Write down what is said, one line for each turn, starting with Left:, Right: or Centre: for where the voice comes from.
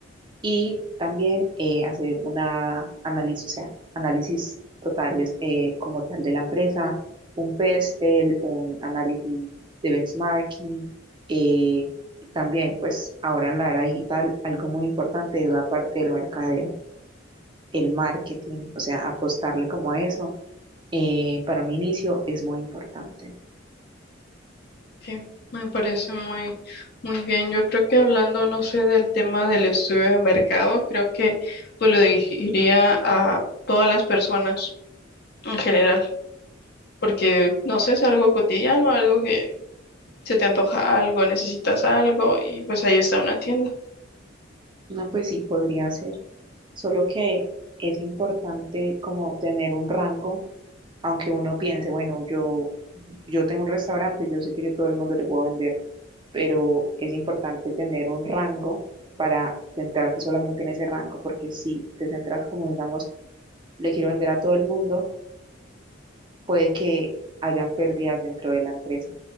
Right: y también eh, hacer una análisis, o sea, análisis totales eh, como tal de la empresa, un PESTEL, un análisis de benchmarking, eh, y también pues ahora en la era digital algo muy importante es la parte del mercadeo, el marketing, o sea, apostarle como a eso eh, para un inicio es muy importante.
Left: Sí, me parece muy, muy bien. Yo creo que hablando, no sé, del tema del estudio de mercado, creo que pues lo diría a todas las personas en general, porque no sé, es algo cotidiano, algo que se te antoja algo, necesitas algo y pues ahí está una tienda.
Right: No, pues sí, podría ser, solo que es importante como tener un rango aunque uno piense, bueno, yo, yo tengo un restaurante, yo sé que yo todo el mundo le puedo vender, pero es importante tener un rango para centrarte solamente en ese rango, porque si te centras como, digamos, le quiero vender a todo el mundo, puede que hayan pérdidas dentro de la empresa,